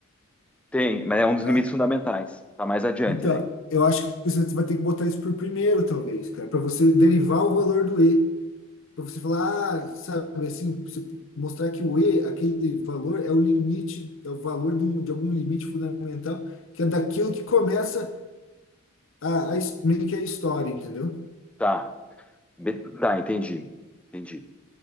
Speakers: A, in the centre; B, on the left.
A: Tem, mas é um dos
B: tá?
A: limites fundamentais. Tá mais adiante
B: Então,
A: daí.
B: eu acho que você vai ter que botar isso por primeiro, talvez, cara, para você derivar o valor do E. Para você falar, ah, sabe, assim, você mostrar que o E, aquele valor, é o limite, é o valor de, um- de algum limite fundamental, que é daquilo que começa a, a, his- meio que a história, entendeu?
A: Tá. Be- Tá, entendi. Entendi.